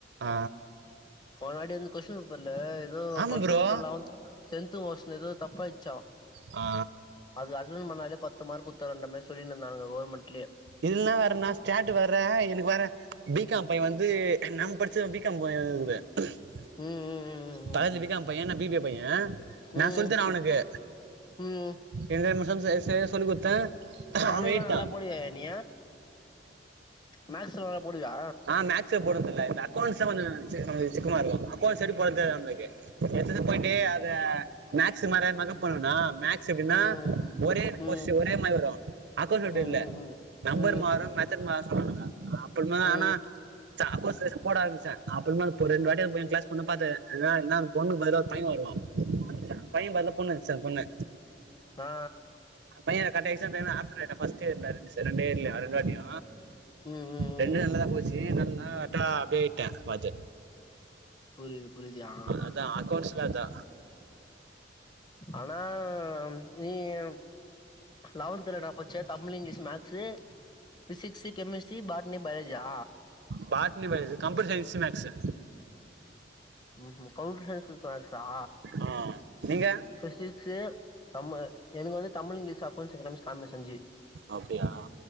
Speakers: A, on the right; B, on the left.
A: அ
B: போனவாட்டி வந்து கொஷின் பேப்பர்ல ஏதோ
A: ஆமா
B: twelfth
A: bro
B: question eleventh tenth கொஷின்ல ஏதோ தப்பாயிச்சா
A: ஆ
B: அது அட்டன் பண்ணாலே பத்து மார்க் குத்தாங்கன்ற மாரி சொல்லின்னுந்தாங்க கவுர்மெண்ட்லியே
A: இதுனலா வருன்நா ஸ்டெட்டுகு வர்றே எனுக்கு வேற பி காம் பைய வந்து நம் படிச்ச பி காம் பைய இருக்கு <unintelligible>
B: ம் ம் ம் ம்
A: பக்கத்துல
B: ம்
A: பீ காம் பைய நா பி பி எ பையே
B: ம்
A: நா சொல்த்தரே அவ்னுக்கு
B: ம் ம்
A: எந்த நிமிஷமு சேரி சேரி எ சொல்லி குத்தே
B: கணக்குலா
A: அவ எயின்ட் தா
B: நல்லா போடுவாயாயா நீ மேக்ஸ்சு நல்லா போடுவியா
A: ஆ மேக்ஸ்சூ போடுறதுல்ல இந்த அக்கௌண்ட்ஸ் தா கொஞ்சோ சே நம்மளுக்கு சிக்கமா இருக்கு அக்கௌண்ட்ஸ் சயிடு போற தெரியு நம்மளுக்கு எத்தது போயிட்டு அத மேக்ஸ் மாற மக்கப் பண்ணுனா மேக் ஸ் எப்டினா
B: ம்
A: ஒரே போஸு
B: ம்
A: ஒரே மாரி வரு அக்கௌண்ஸ் அப்டி
B: ம்
A: இல்ல
B: ம்
A: நம்பர்
B: ம் ம்
A: மாறு மெத்தர்டு மாறு சொல்றாங்கள அப்டினா
B: ம்
A: ஆனா சாக்கோஸ் வேஷோ போட ஆரம்பிச்சே அப்றோமா போ ரெண்டு வாட்டி எ கிளாஸ் பொண்ண பாத்தே எனா அந்த பொண்ணுக்கு பதிலோ பையே வருவா பையே பதிலா பொண்ணு வந்துச்சு அந்த பொண்ணு
B: ஆ
A: பையே கட் ஆயிச்சா தெரியுமா ஹாஸ்பிடல் இல ஃபஸ்ட்டே இருந்தாருனு சொல்லிட்டே இருந்தே வர காட்டியு
B: ம் ம்
A: ரெண்டுமே
B: ம் ம்
A: நல்லதா
B: ம்
A: போச்சு
B: ம்
A: நல்லா அட்டா அப்டியே ஆயிட்டே பாத்து
B: புரியுது புரியுதுயா ஆ ஆ
A: அதா
B: ஆ
A: அக்கௌண்ட்ஸ்ல அதா
B: ஆனா நீங்க லெவன்த்ல நா படிச்சே Tamil English maths physics chemistry botany பயாலஜியா
A: botany biology computer science maths
B: ம் ஹும் கம்பியூட்டர் சயின்ஸ் வித் மேக்ஸ் ஆ
A: ஆ நீங்க
B: பிசிக்ஸ் தம் எனக்கு வந்து Tamil English accounts economics commerce அஞ்சு
A: அப்டியா